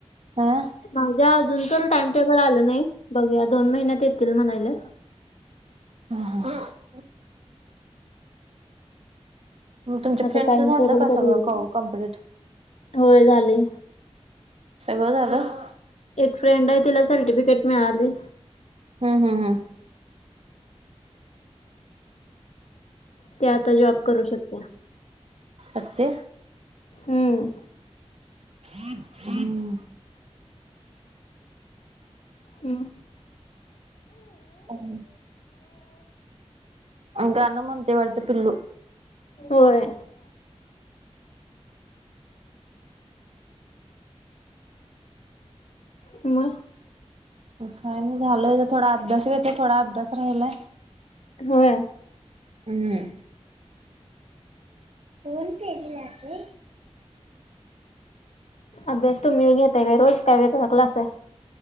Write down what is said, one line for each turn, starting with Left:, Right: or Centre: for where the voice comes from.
Right: आ
Left: माझ्या अजून तर टाइम टेबल आलं नाही बघूया दोन महिन्यात येतील म्हणायला,
Right: ह ह, मग तुमच्या
Left: आता
Right: फ्रेंडच
Left: टाइम
Right: झालं
Left: टेबल
Right: का
Left: कधी
Right: सगळं
Left: येईल
Right: कव कंप्लीट
Left: होय झाले‌.
Right: सगवं झालं.
Left: एक फ्रेंड आहे तिला सर्टिफिकेट मिळाली.
Right: हम् हम् हम
Left: त्या आता जॉब करू शकता.
Right: अगे
Left: हम्म
Right: हम्म
Left: हम्
Right: हम ह गाना मणतेे पडते पिल्ल
Left: होय म
Right: छ नाही झालय थोडा अभ्यास घेते थोडा अभ्यास राहिलाय,
Left: हा
Right: हम् कोण केजी लाची,
Left: अभ्यास तूमळ घेतय काय रोज काय वेग क्लास आहे.